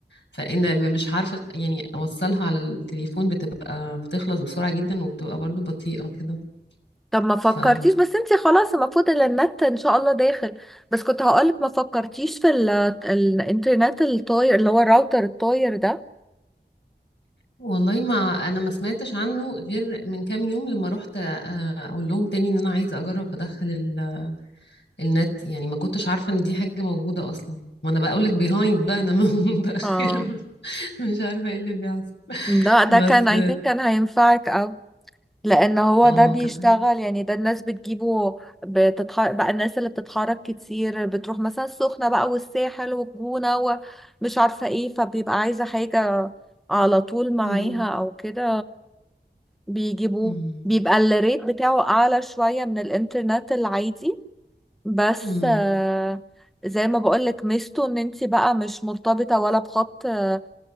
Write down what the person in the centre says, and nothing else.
طب ما فكرتيش
بس انتي خلاص المفروض ان النت ان شاء الله داخل بس كنت هقولك ما فكرتيش في ال... الانترنت الطاير اللي هو الراوتر الطاير ده
اه
ده ده
كان I think كان هينفعك او لان هو
ده بيشتغل
يعني ده الناس بتجيبه بتتحرك بقى الناس اللي بتتحرك كتير بتروح مثلا السخنة بقى والساحل والجونة ومش عارفة ايه فبيبقى عايزة حاجة على طول معاها
او كده بيجيبوه
بيبقى الريت بتاعه أعلى شوية من الإنترنت العادي بس
آه، زي ما بقولك ميزته إن انت بقى مش مرتبطة ولا بخط آه،